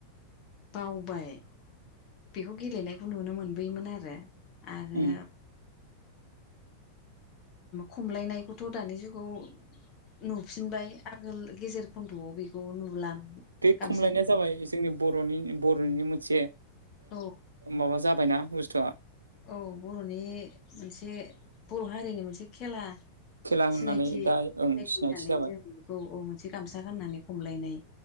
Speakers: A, on the left; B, on the right.
A: बावबाय बेखौ गेलेनायखौ नुनो मोनबोयोमोन आरो आरो
B: उम
A: खमलायनायखौथ' दानि जुगाव नुफिनबाय आगोल गेजेर खन्द'आव बेखौ नुला
B: बे
A: गामसा
B: खमलायनाया जाबाय जोंनि बर'नि बर'निनि मोनसे
A: औ
B: माबा जाबायना बुस्थुआ
A: औ बर'नि मोनसे बर' हारिनि मोनसे खेला
B: खेला होननानै
A: सिनायथिनायनानै
B: दा ओं सिनायथि जाबाय
A: जों बेखौ औ अ मोनसे गामसा गाननानै खमलायनाय